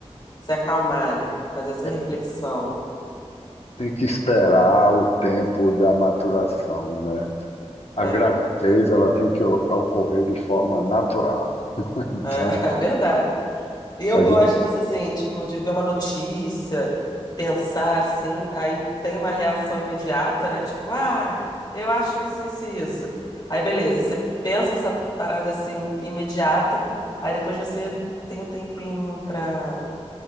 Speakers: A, on the left; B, on the left.
A: se acalmarem, fazer essa
B: é,
A: reflexão.
B: tem que esperar o tempo da maturação, né? a
A: É,
B: gravidez ela tem que o- ocorrer de forma natural. Então,
A: é, <laughs> é verdade. E eu
B: às
A: gosto
B: vezes
A: disso assim, tipo, de ver uma notícia, pensar assim, aí tem uma reação imediata, né? Tipo, ah, eu acho isso, isso e isso. Aí beleza, você pensa essa parada assim, imediata, aí depois você tem um tempinho pra